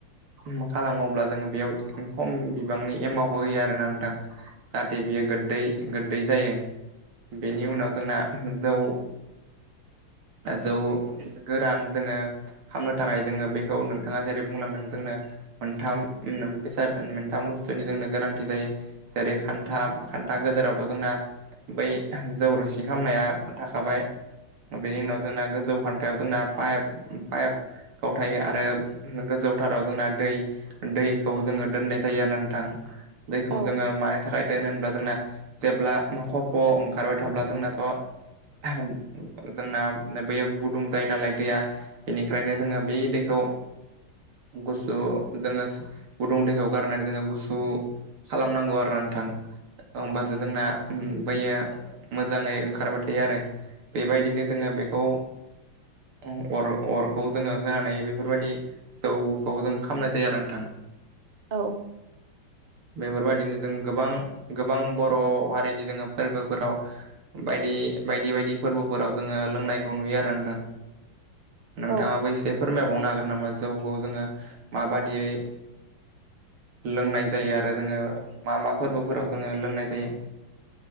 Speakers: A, on the right; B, on the right.
A: मा खालामोब्ला जोंङो बेयाव खम बिबांनि एमाउबो होयो आरो ना नोंथां। जाहाथे बियो गोद्दै गोद्दै जायो बेनि उनाव जोंना जौ जौ गोरान जोङो खालामनो थाखाय जोङो बेखौ नोंथाङा जेरै बुंलांदों जोंनो मोनथामस उम मोनथाम बुस्थुनि जोंनो गोनांथि जायो। जेरै खान्था खान्था गोदोरावथ' जोंना बै जौरुसि खामनाया थाखाबाय बेनि उनाव जोंना गोजौ खान्थायाव जोंना पाइप पाइप गावथायो आरो गोजौथाराव जोंना दै दैखौ जोङो दोननाय जायो आरो नोंथां। दैखौ
B: औ औ
A: जोङो मानि थाखाय दोन होनोब्ला जोंना जेब्ला म ख फ' ओंखारबाय थाब्ला जोंना अ जोंना बैयो गुदुं जायो नालाय दैया बेनिखायनो जोङो बे दैखौ गुसु जोङो गुदुं दैखौ गारनानै जोङो गुसु खालामनांगौ आरो ना नोंथां होमबासो जोंना बैयो मोजाङै ओंखारबाय थायो आरो बेबायदिनो जोङो बेखौ उम अर अरखौ जोङो होनानै बेफोरबायदि जौखौजों खामनाय जायो आरो नोंथां।
B: औ।
A: बेफोरबायदिनो जों गोबां गोबां बर' हारिनि जोङो फोरबोफोराव बायदि बायदि बायदि फोरबोफोराव जोङो लोंनायखौ नुयो आरो नोंथां। नोंथाङाबो
B: औ
A: एसे फोरमायबावनो हागोन नामा जौखौ जोङो माबादियै लोंनाय जायो आरो जोङो मा मा फोरबोफोराव जोङो लोंनाय जायो।